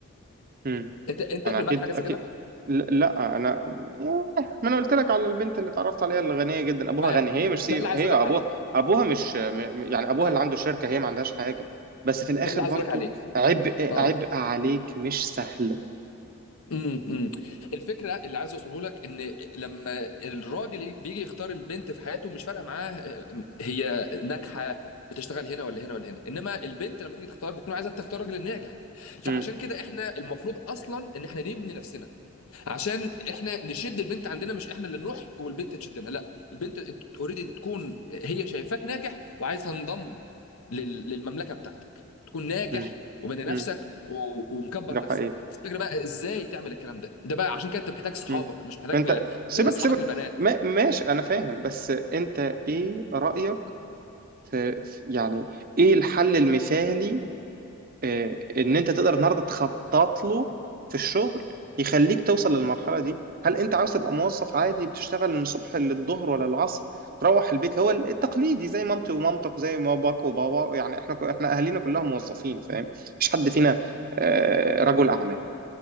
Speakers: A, on the right (about 40°); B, on the left (about 70°).
A: مم.
B: انت انت
A: انا
B: قبل
A: اكيد
B: معاك حاجه زي
A: اكيد
B: كده
A: ل- لا انا ياه، ما انا قلت لك على البنت اللي اتعرفت عليها اللي غنية جدا ابوها
B: تمام
A: غني هي مش سي
B: ده اللي عايز
A: هي
B: اقول
A: ابوها
B: لك عليه
A: ابوها مش م- م- يعني ابوها
B: ده
A: اللي عنده شركة هي ما عندهاش حاجة بس في الاخر
B: ده اللي عايز
A: برضو
B: اقول لك عليه
A: عبء
B: اه
A: عبء عليك مش سهل
B: امم امم الفكره اللي عايز اوصله لك ان لما الراجل بيجي يختار البنت في حياته مش فارقه معاه هي ناجحه بتشتغل هنا ولا هنا ولا هنا انما البنت لما تيجي تختار بتكون عايزه تختار راجل ناجح فعشان
A: مم.
B: كده احنا المفروض اصلا ان احنا نبني نفسنا عشان احنا نشد البنت عندنا مش احنا اللي نروح والبنت تشدنا لا البنت اوريدي تكون هي شايفاك ناجح وعايزه تنضم لل- للمملكه بتاعتك تكون ناجح
A: مم.
B: وبني نفسك
A: مم.
B: و- ومكبر
A: ده
B: نفسك
A: حقيقي
B: بس الفكره بقى ازاي تعمل الكلام ده ده بقى عشان كده انت محتاج صحابك
A: مم.
B: مش محتاج
A: انت سيبك
B: آه، اصحابك
A: سيبك
B: البنات
A: ما ماشي انا فاهم بس انت ايه رأيك في في- يعني ايه الحل المثالي اه، ان انت تقدر النهارده تخطط له في الشغل يخليك توصل للمرحلة دي هل انت عاوز تبقى موظف عادي بتشتغل من الصبح للظهر ولا العصر تروح البيت هو التقليدي زي مامتي ومامتك وزي ما باك وبابا يعني احنا ك- احنا اهالينا كلها موظفين فاهم مفيش حد فينا اه، رجل اعمال